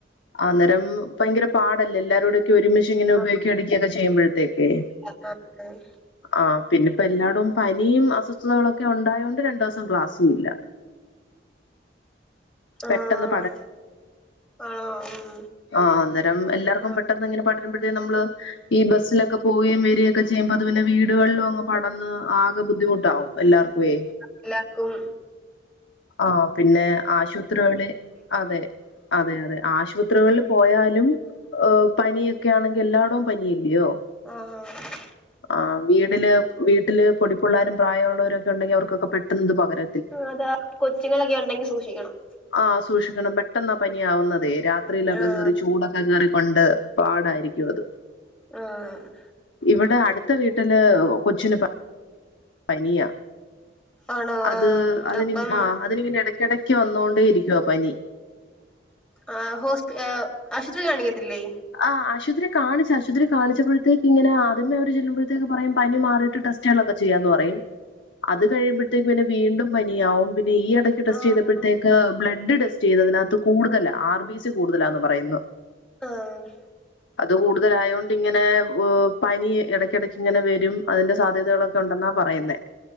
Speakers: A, on the left (about 85°); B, in the centre.
A: അന്നരം ഭയങ്കര പാടല്ലെ എല്ലാരൂടെ.. ഒരുമെഷീൻ ഇങ്ങനെ
B: ആ
A: ഉപയോഗിക്കെ അടക്കൊക്കെ ചെയ്യുമ്പോഴത്തേക്കേ
B: ആ ആ
A: ആഹ് പിന്നെപ്പോ എല്ലാടും പനിയും അസ്വസ്ഥതകളൊക്കെ ഉണ്ടായതോണ്ട് രണ്ട് ദിവസ ക്ലാസും ഇല്ല പെട്ടെന്ന്
B: ആഹ് ആണോ ഉം
A: ആഹ് അന്നരം എല്ലാർക്കും
B: ആ
A: പെട്ടെന്ന് ഇങ്ങനെ വരുബഴ് നമ്മള് ഈ ബസ്സിലൊക്കെ പോകയും വരിയൊക്കെ ചെയ്യുമ്പോ അത് പിന്നെ വീടുകളിലും അ പടന്ന് ആകെ ബുദ്ധിമുട്ടാവും എല്ലാർക്കേ
B: എല്ലാർക്കും
A: ആഹ് പിന്നെ ആശുപത്രികളിൽ അതെ അതെ അതെ ആശുപത്രികളിൽ പോയാലും പനിയൊക്കെ ആണെങ്കിൽ എല്ലായിടും പനിയല്ലയോ
B: ആഹ്
A: ആഹ് വീടില് വീട്ടില് പൊടിപ്പിള്ളാരും പ്രായമുള്ളവരും ഒക്കെ ഉണ്ടെങ്കിൽ അവർക്കൊക്കെ പെട്ടന്ന് ഇത് പകര
B: ഉം അതാ കൊച്ചുങ്ങളൊക്കെ ഉണ്ടെങ്കി സൂക്ഷിക്കണം
A: ആഹ് സൂക്ഷിക്കണം പെട്ടെന്ന പനി ആവുന്നതേ രാത്രിയിലൊക്കെ
B: ആഹ്
A: കയറി ചൂട കേറിക്കൊണ്ട് പാടായിരിക്കും അത്
B: ആഹ്
A: ഇവിടെ അടുത്ത വീട്ടില് കൊച്ചിന് പനിയ
B: ആണോ
A: അത്
B: ആഹ്
A: അത്
B: അപ്പം
A: നി ആഹ് അതിനി ഇങ്ങനെ ഇടക്കിടക്ക് വന്നോണ്ടേ ഇരിക്കുവാ പനി
B: ആഹ് ഹോസ്പി ഏഹ് ആശുത്രി കാണിക്കത്തില്ലേ
A: ആഹ് ആശുത്രി കാണിച്ച്. ആശുത്രി കാണിച്ചപ്പോഴത്തേക്ക് ങ്ങനെ ആദ്യമേ അവര് ചെല്ലുമ്പോഴത്തേക്ക് പറയും പനി മാറിയിട്ട് ടെസ് റ്റെളൊക്കെ ചെയ്യാന്ന് പറയും. അത് കഴിയുമ്പഴത്തേക്ക് പിന്നെ വീണ്ടും പനിയാവും. പിന്നെ ഈ എട ടെസ്റ്റ്
B: ആഹ്
A: ചെയ്തപ്പോഴത്തേക്ക് ബ്ലഡ് ടെസ്റ്റ് ചെയ്തതിനാത്ത് കൂടുതല. ആർ ബി സി കൂടുതലാന്ന് പറയുന്ന്
B: ആഹ്
A: അത് കൂടുതലായോണ്ട്ങ്ങനെ പനി എടക്കിടക്ക്ങ്ങനെ വരും അത് ൻ്റെ സാധ്യതകളൊ ട്ട്ണ്ടൊന്നാ പറയുന്നേ